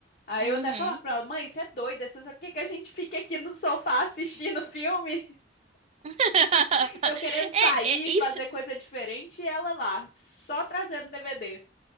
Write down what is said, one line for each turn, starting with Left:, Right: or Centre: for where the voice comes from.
Left: Aí
Right: Uhum.
Left: eu até falava pra ela, mãe, você é doida, você só quer que a gente fique aqui no sofá assistindo filme, <laughs>
Right: <laughs>
Left: eu querendo sair,
Right: É, é, isso,
Left: fazer coisa diferente, e ela lá, só trazendo DVD.